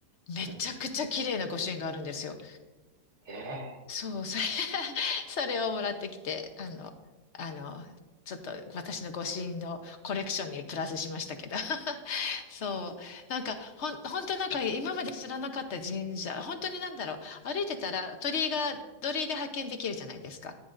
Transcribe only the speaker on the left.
めちゃくちゃ綺麗な御朱印があるんですよ。
そう、それ <laughs> それをもらってきて、あの、あの、ちょっと私の御朱印のコレクションにプラスしましたけど。<laughs> そう。なんか、ほん、本当なんか今まで知らなかった神社、本当になんだろう。歩いてたら鳥居が、鳥居で発見できるじゃないですか。